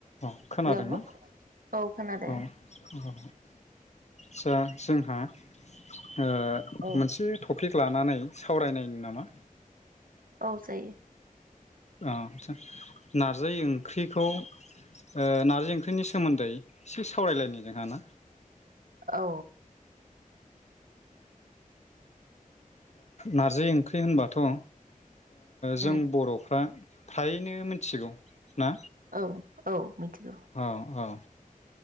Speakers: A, on the left; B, on the right.
A: अ खोनादोंना
B: hello औ खोनादों
A: अ अ जा जोंहा ओ
B: औ
A: मोनसे टपिक लानानै सावरायनायनि नामा?
B: जायो।
A: अ आचसा नारजि ओंख्रिखौ ओ नारजि ओंख्रिनि सोमोन्दै एसे सावरायलायनि जोंहा ना?
B: औ
A: नारजि ओंख्रि होनबाथ' ओ जों
B: उम
A: बर'फ्रा फ्रायैनो मिथिगौ। ना
B: औ औ मिथिगौ।
A: औ औ